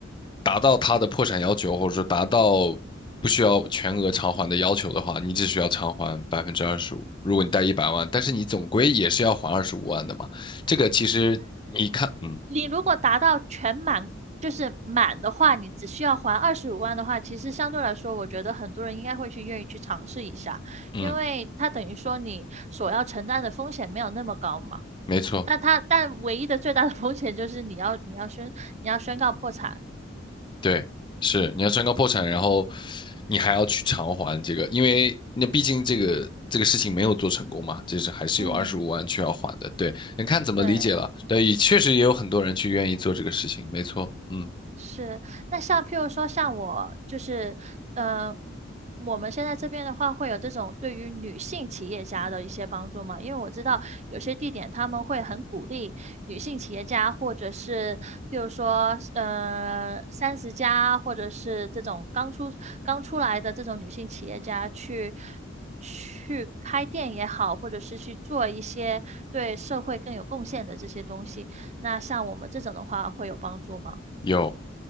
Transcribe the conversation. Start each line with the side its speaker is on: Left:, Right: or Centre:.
Left: 达到它的破产要求，或者说达到不需要全额偿还的要求的话，你只需要偿还百分之二十五。如果你贷一百万，但是你总归也是要还二十五万的嘛，这个其实你看，嗯
Right: 你如果达到全满，就是满的话，你只需要还二十五万的话，其实相对来说，我觉得很多人应该会去愿意去尝试一下，
Left: 嗯，
Right: 因为它等于说你所要承担的风险没有那么高嘛。
Left: 没错。
Right: 但它但唯一的最大的风险就是你要你要宣你要宣告破产。
Left: 对，是你要宣告破产，
Right: 嗯，
Left: 然后你还要去偿还这个，因为那毕竟这个这个事情没有做成功嘛，就是还是有二十五万去要还的。
Right: 嗯，
Left: 对，你看怎么理解了？
Right: 对。
Left: 对，也确实也有很多人去愿意做这个事情，没错，嗯，
Right: 是，那像譬如说，像我就是，呃，我们现在这边的话，会有这种对于女性企业家的一些帮助吗？因为我知道有些地点他们会很鼓励女性企业家，或者是譬如说，呃，三十加，或者是这种刚出刚出来的这种女性企业家去去开店也好，或者是去做一些对社会更有贡献的这些东西。那像我们这种的话，会有帮助吗？
Left: 有。